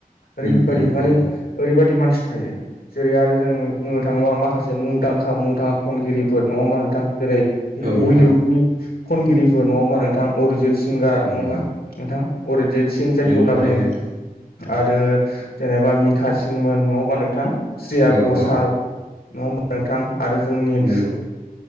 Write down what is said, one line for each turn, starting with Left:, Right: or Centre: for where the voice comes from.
Left: ओरैबायदि
Right: उम उम
Left: माने
Right: नंगौ
Left: ओरैबायादि मानसि थायो जेरै आरो जों बुंनो थाङोब्ला माखासे मुंदांखा मुंदांखा खनगिरिफोर नङा होमबा नोंथां जेरै
Right: औ नोंथां
Left: बलिउदनि खनगिरिफोर नङा हा नोंथां अरिजित सिंगार
Right: उम
Left: नङा होनबा नोंथां अरजिदसिन जायखौ
Right: नंगौ
Left: होनना
Right: थारैनो
Left: बुंङो
Right: नोंथां
Left: आरो जेनेबा मिखा सिंमोन नंङा होनबा नोंथां स्रिया
Right: औ
Left: गसाल
Right: औ
Left: न'आव नोंथां आरो जोंनि
Right: नंगौ